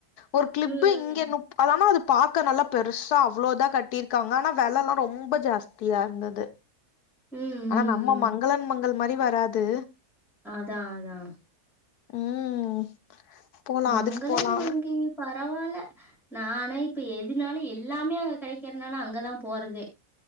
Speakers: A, on the left; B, in the centre.
A: ஒரு கிளிப்பு
B: ம்
A: இங்க முப் அது ஆனா அது பாக்க நல்லா பெருசா அவ்ளோ தா கட்டியிருக்காங்க ஆனா வெலல்லா ரொம்ப ஜாஸ்தியா இருந்தது
B: ம்
A: ஆனா
B: ம்
A: நம்ம மங்களன் மங்கள் மாரி வராது
B: அதா அதா
A: ம் போலா
B: மங்களன்
A: அதுக்கு போலா
B: மங்கை பரவால்ல நானா இப்ப எதுனாலு எல்லாமே அங்க கடைக்கறனால அங்கதா போறதே